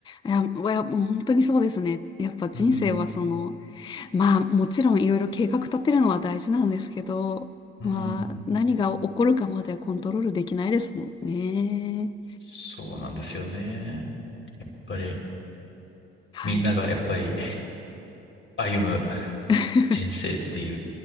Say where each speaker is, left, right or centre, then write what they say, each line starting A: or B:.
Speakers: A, on the left; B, on the left.
A: いや、いやもう本当にそうですね。やっぱ人生はその、
B: <laughs> うん。
A: まあ、もちろんいろいろ計画立てるのは大事なんですけど、
B: うん。
A: まあ、何が起こるかまではコントロールできないですもんね。
B: そうなんですよね。やっぱり、
A: はい。
B: みんながやっぱり歩む
A: <laughs>
B: 人生っていう、